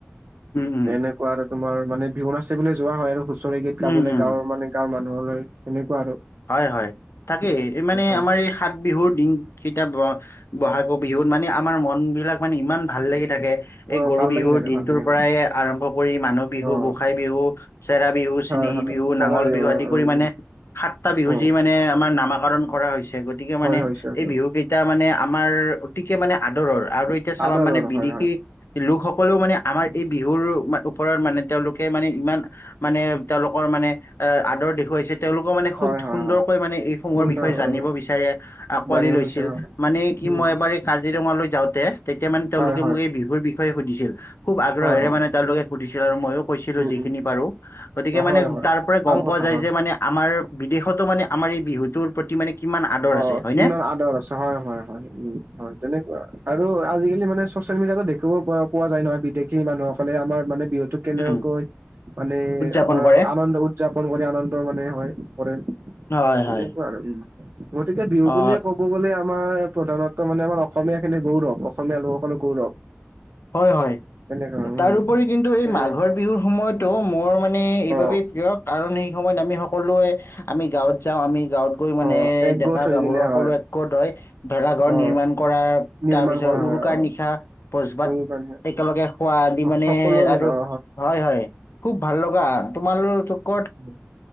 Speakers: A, on the left; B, on the right.
A: উম, উম,
B: তেনে কুৱা আৰু তোমাৰ মানে বিহু নাচিবলৈ যোৱা হয়, আৰু হুচৰি গীত গাবলৈ
A: উম, উম।
B: গাঁৱৰ মানে গাঁৱৰ মানুহলৈ। তেনেকুৱা আৰু।
A: হয়, হয় তাকেই এই মানে
B: অ'
A: আমাৰ এই সাত বিহুৰ দিনকেইটা ব' ব'হাগো বিহুত মানে, আমাৰ মন বিলাক মানে ইমান ভাল লাগি থাকে। এই
B: অ
A: গৰু
B: ভাল
A: বিহুৰ
B: লাগি থাকে
A: দিনটোৰ
B: ভাল লাগি
A: পৰাই
B: থাকে
A: আৰম্ভ কৰি মানুহ বিহু,
B: অ'
A: গোসাই বিহু চেৰা বিহু, চেনেহী
B: হয় হয়।
A: বিহু,
B: চৰা
A: নাঙল বিহু
B: অ'
A: আদি কৰি মানে
B: উম
A: সাত বিহু
B: উম
A: যি মানে আমাৰ নামাকৰণ কৰা হৈছে। গতিকে
B: হয়
A: মানে,
B: হয়
A: এই বিহু কেই টা মানে আমাৰ অতিকে মানে আদৰৰ আৰু এতিয়া চাবা
B: আদৰৰ
A: মানে বিদেশী
B: হয় হয়
A: লোকসকলেও মানে আমাৰ এই বিহুৰ ওপৰত মানে তেওঁলোকে মানে ইমান মানে, তেওঁলোকৰ মানে এ আদৰ দেখুৱাইছে, তেওঁলোকেও মানে
B: হয়
A: খুব -
B: হয়
A: সুন্দৰকৈ
B: হয়
A: মানে এইসমূহৰ
B: সুন্দৰ
A: বিষয়ে জানিব
B: উম
A: বিচাৰে, আঁকোৱালি
B: জানিব
A: লৈছিল
B: বিচাৰো হয়
A: মানে কি,
B: উম
A: মই এবাৰ এ কাজিৰঙালৈ যাওঁতে তেতিয়া মানে তেওঁলোকে
B: হয় হয়
A: মোক এই বিহুৰ বিষয়ে সুধিছিল, খুব আগ্ৰহেৰে
B: হয় হয়
A: মানে তেওঁলোকে সুধিছিল আৰু মইয়ো কৈছিলো
B: উম
A: যিখিনি
B: উম
A: পাৰো, গতিকে
B: অ
A: মানে
B: হয় হয়
A: তাৰ পৰাই
B: ভাল
A: গম পোৱা
B: কথা
A: যায়
B: হয়
A: যে মানে আমাৰ বিদেশতো মানে আমাৰ এই বিহুটোৰ প্ৰতি মানে কিমান আদৰ
B: অ
A: আছে হয়নে
B: কিমান আদৰ আছে হয় হয় হয় উম হয় তেনেকুৱা আৰু আৰু আজিকালি মানে চচিয়েল মিডিয়াতো দেখিব প পোৱা যায় নহয় বিদেশী মানুহসকলে আমাৰ মানে বিহুটোত কেনেকৈ
A: উম,
B: মানে
A: উদযাপন
B: আমাৰ
A: কৰে
B: আনন্দ উদযাপন কৰি আনন্দ মানে হয় কৰে।
A: হয়
B: তেনেকুৱা
A: হয়
B: আৰু উম গতিকে বিহু
A: অ
B: বুলিয়ে কব। ক'ব গ'লে আমাৰ প্ৰধানত্ব মানে আমাৰ অসমীয়া খিনি গৌৰৱ অসমীয়া লোকসকলৰ গৌৰৱ
A: হয় হয়
B: তেনেকুৱা উম
A: তাৰওপৰি কিন্তু এই
B: তেনে
A: মাঘৰ বিহুৰ সময়টো মোৰ মানে এইবাবেই
B: অ
A: প্ৰিয় কাৰণ সেই সময়ত আমি সক সকলোৱে আমি গাঁৱত যাওঁ আমি গাঁৱত গৈ মানে
B: অ একগোট
A: ডেকা
B: হৈ
A: গাভৰু
B: কিনে
A: সকলোৱে
B: হয়
A: একগোট হৈ ভেলাঘৰ
B: অ
A: নিৰ্মাণ কৰা
B: নিৰ্মাণ
A: তাৰপিছত
B: কৰা হয়
A: উৰুকাৰ
B: অ
A: নিশা ভোজ-ভাত
B: অনুপ্ৰাণিত
A: একেলগে খোৱা আদি মানে
B: সকলো মানে
A: আৰু
B: অ
A: হয় হয় খুব ভাল লগা তোমালোক কত
B: উম